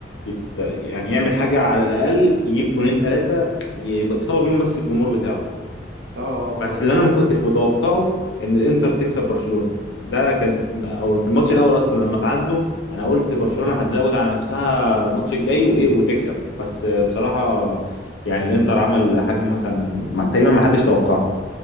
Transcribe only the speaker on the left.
يت- يعني يعمل حاجه على الاقل يجيب جونين ثلاثه يصاب بيهم بس الجمهور بتاعه
بس اللي انا ما
كنتش متوقعه ان الانتر تكسب برشلونة ده كان او في الماتش الاول اصلا لما تعادلوا انا قلت برشلونة
هتزود على نفسها الماتش الجاي وايه وتكسب بس بصراحة يعني الانتر عمل حاجة ما كان ما- تقريبا ما حدش توقعها